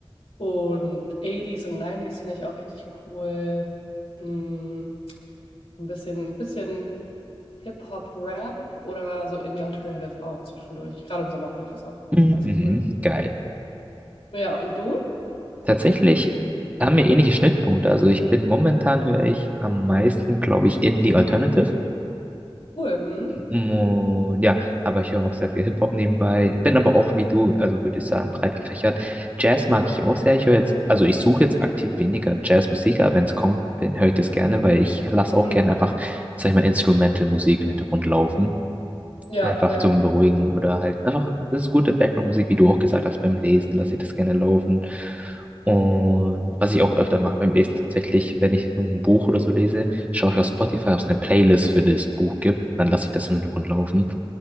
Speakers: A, on the left; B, on the right.
A: Und 80s und 90s finde ich auch richtig cool. Mm, ein bisschen, ein bisschen Hip-Hop, Rap oder so Indie Alternative auch zwischendurch. Gerade im Sommer finde ich das auch
B: Mhm,
A: ganz
B: Mhm,
A: cool.
B: geil.
A: Ja, und du?
B: Tatsächlich haben wir ähnliche Schnittpunkte. Also ich bin momentan höre ich am meisten, glaube ich, Indie Alternative.
A: Cool. Mhm.
B: Und ja, aber ich höre auch sehr viel Hip-Hop nebenbei. Bin aber auch wie du, also würde ich sagen, breit gefächert. Jazz mag ich auch sehr. Ich höre jetzt, also ich suche jetzt aktiv weniger Jazzmusik, aber wenn es kommt, bin- höre ich das gerne, weil ich lasse auch
A: Mhm.
B: gerne einfach, sag ich mal, Instrumental-Musik im Hintergrund laufen.
A: Ja,
B: Einfach
A: ja.
B: zum Beruhigen oder halt einfach, das ist gute Background-Musik, wie du auch gesagt hast, beim Lesen lasse ich das gerne laufen. Und was ich auch öfter mache beim Lesen tatsächlich, wenn ich ein Buch oder so lese, schaue ich auf Spotify, ob es eine Playlist für das Buch gibt. dann lasse ich das im Hintergrund laufen,